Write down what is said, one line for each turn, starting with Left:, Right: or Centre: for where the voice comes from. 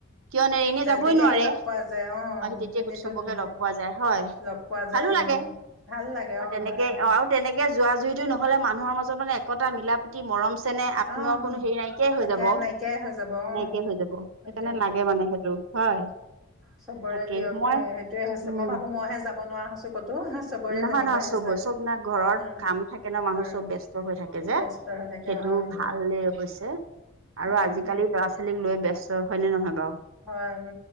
Right: কিয় নেৰে এনে যাবই
Centre: তেতিয়াহে
Right: নোৱাৰে
Centre: লগ পোৱা যায় অ
Right: আৰু তেতিয়া
Centre: এনেতো
Right: চবকে
Centre: নহয়
Right: লগ পোৱা যায় হয়।
Centre: লগ পোৱা যায়
Right: ভালো লাগে
Centre: অঁ ভাল লাগে
Right: আৰু
Centre: অঁ
Right: তেনেকে
Centre: হয় হয়
Right: অ' তেনেকে যোৱা যুৰিটো নহ'লে মানুহৰ মাজত মানে একতা মিলা প্ৰি তি মৰম চেনেহ আত্মীয়
Centre: অঁ
Right: কোনো হেৰি নাইকিয়াই হৈ
Centre: একে
Right: যাব।
Centre: নাইকিয়াই হৈ যাব অঁ
Right: নাইকিয়াই হৈ যাব
Centre: সেইটোৱে
Right: সেইকাৰণে
Centre: সেইটোৱে
Right: লাগে মানে সেইটো হয়।
Centre: চবৰে
Right: তাকে
Centre: দিয়ক
Right: মই
Centre: সেইটোয়ে হৈছে
Right: উম
Centre: মই ভাবোঁ মই হে যাব নোৱাৰা হৈছোঁ কতো। চবৰে
Right: নহয়
Centre: তেনেকুৱাই
Right: নহয়
Centre: হৈছে
Right: চব চব ন ঘৰত
Centre: হা
Right: কাম থাকে ন মানুহ
Centre: ঘৰ
Right: চব ব্যস্ত হৈ থাকে যে।
Centre: ব্যস্ত হৈ থাকে
Right: সেইটো
Centre: হয় দিয়ক
Right: ভালেই অৱশ্যে আৰু
Centre: উম
Right: আজিকালি ল'ৰা ছোৱালীক লৈ বস্ত হয়নে নহয় বাৰু।
Centre: হয় উম।